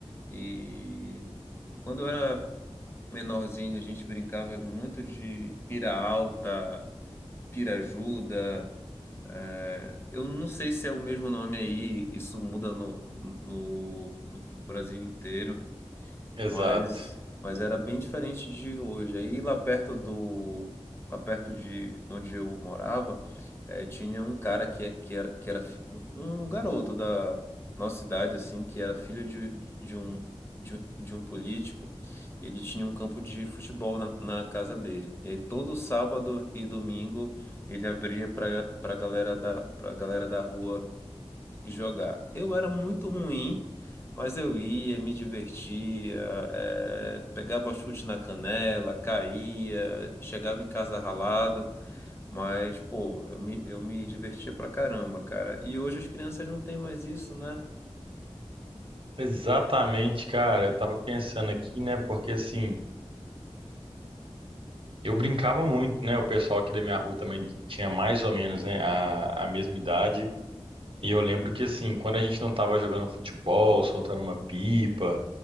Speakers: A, on the left (about 25°); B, on the right (about 55°).
A: E quando eu era menorzinho, a gente brincava muito de pira alta, pira ajuda. É, eu não sei se é o mesmo nome aí, isso muda no, no no Brasil inteiro
B: Exato.
A: mas mas era bem diferente de hoje. Aí lá perto do lá perto de onde eu morava, eh, tinha um cara que é- que era que era fi- um um garoto da nossa cidade assim, que era filho de, de um de, de um político. Ele tinha um campo de futebol na, na casa dele. E aí todo sábado e domingo ele abria para para galera da para galera da rua e jogar. Eu era muito ruim, mas eu ia, me divertia, eh, pegava chute na canela, caía, chegava em casa ralado, mas, pô, eu me, eu me divertia pra caramba, cara. E hoje as crianças não têm mais isso, né?
B: Exatamente, cara. Eu tava pensando aqui, né? Porque assim, eu brincava muito, né? O pessoal aqui da minha rua também tinha mais ou menos, né, a, a mesma idade. E eu lembro que assim, quando a gente não tava jogando futebol, soltando uma pipa,